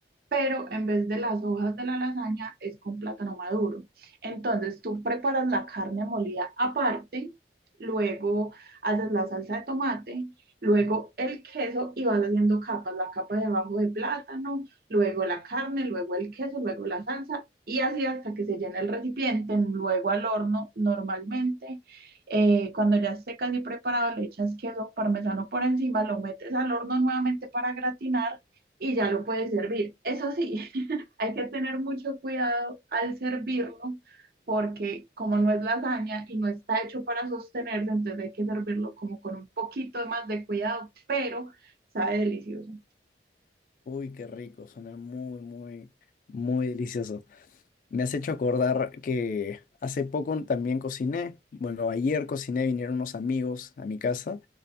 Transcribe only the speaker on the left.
Uy, qué rico, suena muy, muy, muy delicioso. Me has hecho acordar que hace poco también cociné. Bueno, ayer cociné, vinieron unos amigos a mi casa